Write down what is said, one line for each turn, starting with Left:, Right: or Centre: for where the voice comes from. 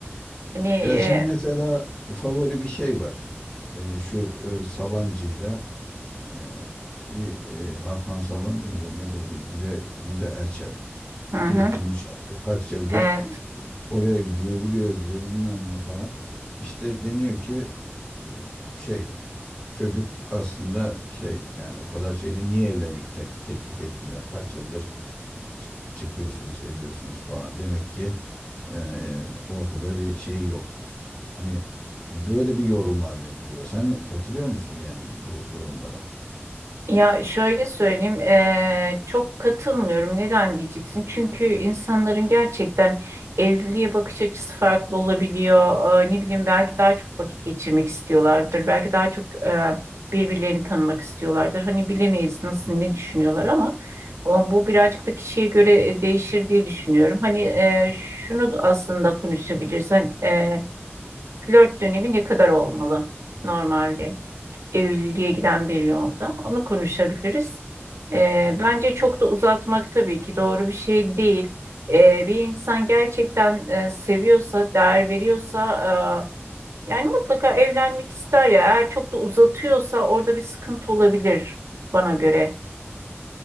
Right: Hani
Left: Ya şimdi
Right: e,
Left: mesela favori bir şey var. Eee, şu e, Sabancı'yla eee, bir e, Hakan Sabancı mıdır nedir bir de Hande Erçel.
Right: hı hı.
Left: Sürekli bunu şey yapıyor. Kaç yıldır
Right: E,
Left: Oraya gidiyor, buraya gidiyor bilmem ne falan. İşte deniyor ki e, şey çocuk aslında şey yani o kadar şeyde niye evlilik te- teklif etmiyor? Kaç yıldır ç- çıkıyorsunuz, ediyorsunuz falan. Demek ki e, ortada bir şey yok. Hani böyle bir yorumlar yapılıyor. Sen katılıyor musun yani bu yorumlara?
Right: Ya şöyle söyleyeyim, eee, çok katılmıyorum. Neden diyeceksin? Çünkü insanların gerçekten evliliğe bakış açısı farklı olabiliyor. Eee, ne bileyim belki daha çok vakit geçirmek istiyorlardır. Belki daha çok eee, birbirlerini tanımak istiyorlardır. Hani bilemeyiz nasıl ne düşünüyorlar ama o, bu birazcık da kişiye göre e, değişir diye düşünüyorum. Hani eee, şunu aslında konuşabilirsen, eee flört dönemi ne kadar olmalı normalde? evliliğe giden bir yolda. Onu konuşabiliriz. Ee,
Left: Hmm.
Right: bence çok da uzatmak tabii ki doğru bir şey değil. Ee, bir insan gerçekten e, seviyorsa, değer veriyorsa, e, yani mutlaka evlenmek ister ya. Eğer çok da uzatıyorsa orada bir sıkıntı olabilir bana göre.